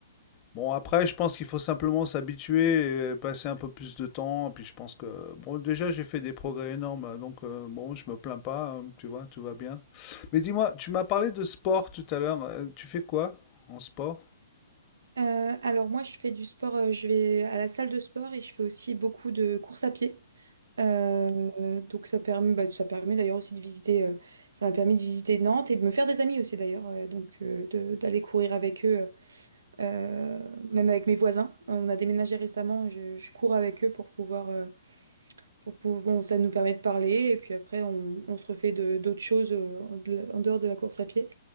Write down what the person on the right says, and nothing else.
Euh, alors moi, je fais du sport, euh, je vais à la salle de sport et je fais aussi beaucoup de courses à pied. Euh, donc ça permet, bah, ça permet d'ailleurs aussi de visiter, euh, ça m'a permis de visiter Nantes et de me faire des amis aussi d'ailleurs, euh, donc euh, de- d'aller courir avec eux, euh, même avec mes voisins. On a déménagé récemment, je, je cours avec eux pour pouvoir, euh, pour pouvoir, bon, ça nous permet de parler et puis après on, on se refait de- d'autres choses euh, en de- en dehors de la course à pied.